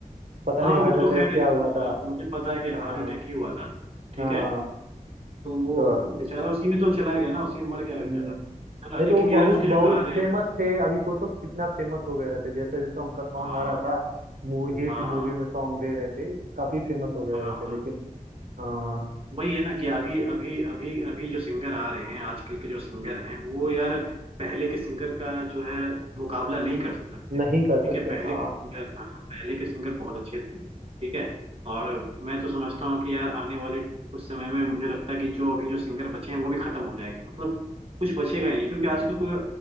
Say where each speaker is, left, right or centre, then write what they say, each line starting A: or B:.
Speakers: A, on the right; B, on the right.
A: पता
B: हाँ
A: नहीं हार्ट
B: वो
A: अटैक
B: तो खैर
A: क्या हुआ था
B: अ, मुझे पता है कि
A: हाँ
B: हार्ट अटैक ही हुआ था ठीक
A: हाँ
B: है तो वो
A: तो
B: बेचारा उसी में तो चला गया ना उसी में मर गया बेचारा
A: हम्म, नहीं
B: है ना
A: तो
B: लेकिन
A: वो बहुत
B: यार उसके जो
A: बहुत
B: गाने
A: फेमस
B: हैं
A: थे अभी सोचो कि कितना फेमस हो गए रहते जैसे जैसा उनका सॉन्ग
B: हाँ
A: आ रहा था हिट
B: हाँ
A: मूवी में सॉन्ग दे रहे थे काफी फेमस हो गए
B: हाँ
A: रहते
B: हाँ हाँ।
A: लेकिन हाँ
B: वही है ना कि अभी अभी अभी अभी जो सिंगर आ रहे हैं आजकल के जो सिंगर हैं वो यार पहले के सिंगर का जो है मुकाबला नहीं कर सकते
A: नहीं
B: ठीक
A: कर सकते
B: है पहले
A: हाँ
B: के सिंगर हाँ पहले के सिंगर बहुत अच्छे थे ठीक है और मैं तो समझता हूँ कि यार आने वाले कुछ समय में मुझे लगता है कि जो अभी जो सिंगर बचे हैं वो भी खत्म हो जाएंगे मतलब कुछ बचेगा ही नहीं क्योंकि आजकल कोई